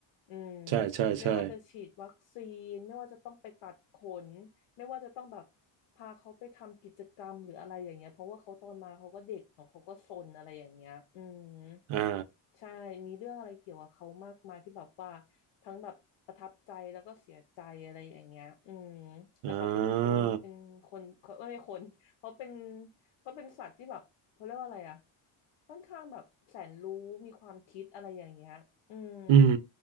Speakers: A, on the left; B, on the right.
A: อืม
B: ใช่ใช่ใช่
A: ไม่ว่าจะฉีดวัคซีนไม่ว่าจะต้องไปตัดขน ไม่ว่าจะต้องแบบพาเขาไปทำกิจกรรมหรืออะไรอย่างเงี้ยเพราะว่าเขาตอนมาเขาก็เด็กเนาะเขาก็ซนอะไรอย่างเงี้ยอืม
B: อ่า
A: ใช่มีเรื่องอะไรเกี่ยวกับเขามากมายที่แบบว่าทั้งแบบประทับใจแล้วก็เสียใจอะไรอย่างเงี้ยอืมแต่เขาเป็นเป็นเป็นคนเขาไม่ใช่คนเขาเป็น
B: อ่า
A: เขาเป็นสัตว์ที่แบบเขาเรียกว่าอะไรอะค่อนข้างแบบแสนรู้มีความคิดอะไรอย่างเงี้ยอืม
B: อืม